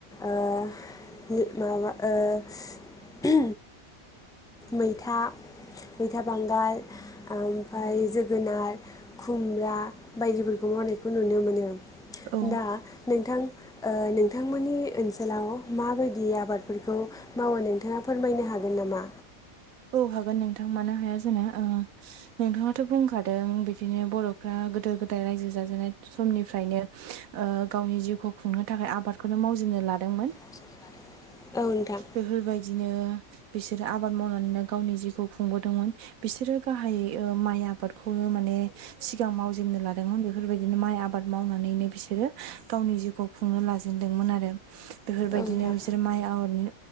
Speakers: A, in the centre; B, on the right (about 75°).
A: ओ <unintelligible> माबा ओ मैथा मैथा बांगाल ओमफाय जोगोनार खुमब्रा बायदिफोरखौ मावनायखौ नुनो मोनो।
B: औ
A: दा नोंथां ओ नोंथांमोननि ओनसोलाव माबायदि आबादफोरखौ मावो नोंथाङा फोरमायनो हा गोन नामा?
B: औ हागोन नोंथां मानो हाया जानो। ओ नोंथाङाथ' बुंखादों बिदिनो बर'फ्रा गोदो गोदाय रायजो जाजेननाय समनिफ्रायनो ओ गावनि जिउखौ खुंनो थाखाय आबादखौनो मावजे नो लादोंमोन।
A: <inaudible> औ नोंथां
B: बेफोर बायदिनो बिसोरो आबाद मावना नो गावनि जिउखौ खुंदोंमोन बिसोरो गाहायै ओ माइ आबादखौनो माने सिगां मावजेननो लादोंमोन बेफोरबायदिनो माइ आबाद मावनानैनो बिसोरो गावनि जिउखौ खुंनो लाजेनदोंमोन आरो। बेफोरबायदिनो
A: औ नोंथां
B: बिसोर माइ आबादनि